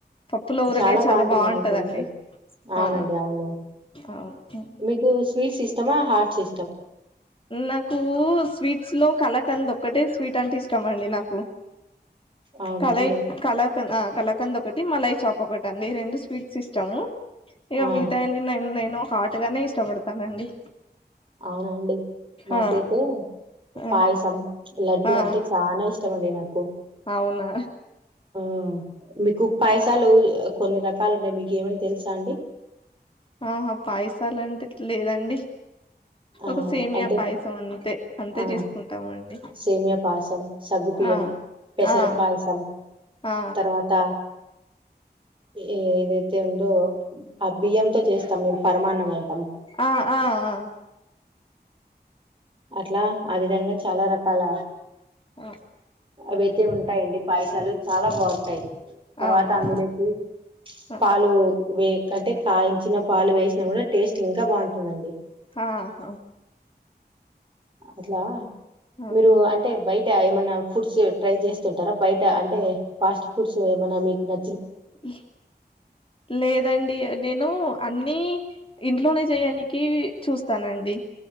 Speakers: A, on the left; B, on the right.
A: పప్పులో ఊరగాయ
B: చాలా బాగుంటుందండి
A: బాగుంటదండి
B: టేస్ట్ అవునండి
A: ఆ
B: అవును
A: అవును
B: మీకు స్వీట్స్ ఇస్తమా హార్డ్ సి
A: నాకు స్వీట్స్ లో కలక్ తనది ఒక్కటే స్వీట్ అంటే ఇష్టం అండి నాకు
B: అవునా
A: కళయి
B: అండి
A: కళకళ కలకంద ఒకటి మలాయి చాప్ ఒకటి అండి రెండు స్వీట్ ఇష్టము ఇక
B: ఆ
A: మిగతా అంది నేను హాట్ గానే ఇష్టపడతానండి
B: అవునండి నాకైతే
A: ఆ ఆ
B: పాయసం లడ్డు
A: ఆ
B: అంటే చాలా ఇష్టం అండి నాకు
A: అవునా
B: ఆ మీకు పైసాలు కొన్ని రకలు కాాలంటే మీకు ఏమని తెలుసా అండి
A: ఆహా పాయసాలంటే లేదండి
B: ఆ!
A: ఒక సేమియా
B: అంటే
A: పాయసం అంతే అంతే
B: ఆ!
A: చేసుకుంటాం అండి
B: సేమియా పాయసం, సగ్గుబియ్యం,
A: ఆ
B: పెసర
A: ఆ
B: పాయసం,
A: ఆ
B: తర్వాత ఏదైతే ఉందో ఆ బియ్యంతో చేస్తాం మేము పరమాన్నం అంటాం.
A: ఆ ఆ ఆ
B: అట్లా ఆ విధంగా చాలా రకాల
A: ఆ
B: అవైతే ఉంటాయండి పాయసాలు చాలా బాగుంటాయి తర్వాత
A: అవునా
B: అందరికి
A: ఆ,
B: పాలు వే అంటే కాయించిన పాలు వేసినా కూడా టేస్ట్ ఇంకా బాగుంటుందండి
A: ఆహా
B: అట్లా
A: ఆ,
B: మీరు అంటే బయటి ఏమన్నా ఫుడ్స్ ట్రై చేస్తుంటారా బయట అంటే ఫాస్ట్ ఫుడ్స్ ఏమ మీకు న
A: హు లేదండి నేను అన్ని ఇంట్లోనే చేయనికి చూస్తానండి